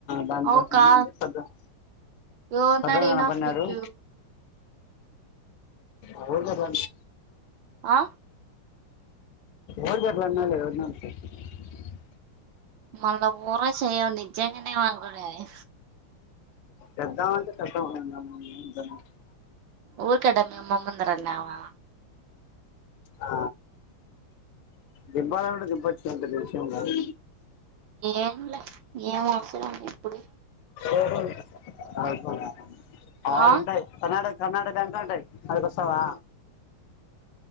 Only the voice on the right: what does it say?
అవు కా
ఎవరిని
అడిగినా
ఫ్రిడ్జ్
ఆ
మళ్ళ ఉరసయ్యవ్ నిజంగానే అనుకున్నానే
ఊరక్కట మీ అమ్మ ముందర అన్నవా
ఎమ్ల్యా ఎమ్ అవసరం ఇప్పుడు
ఆ